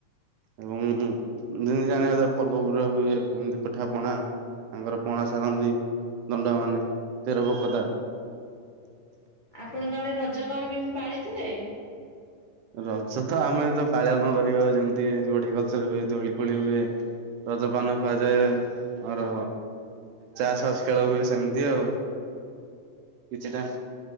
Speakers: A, on the right; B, on the left.
A: ଏବଂ ଯେମିତି ଜାଣିବା ଦ ପର୍ବ <unintelligible> ହୁଏ। ଏମିତି ପିଠା ପଣା ତାଙ୍କର ପଣା ସାରନ୍ତି। ଦଣ୍ଡ ମାନେ ତେର ଭୋକତା
B: ଆପଣଙ୍କ ଆଡେ ରଜ କଣ କେମିତି ପାଳିଥିଲେ?
A: ରଜ ତ ଆମେ ତ ପାଳନ କରିବ, ଯେମିତି ଓଡିଆ କଲ ଚରରେ ହୁଏ ।ଦୋଳି ଫୋଳି ହୁଏ। ରଜ ପାନ ଖୁଆଯାଏ ଆର ଚାସ୍ ଫାସ୍ ଖେଳ ହୁଏ ସେମିତି ଆଉ, କିଛିଟା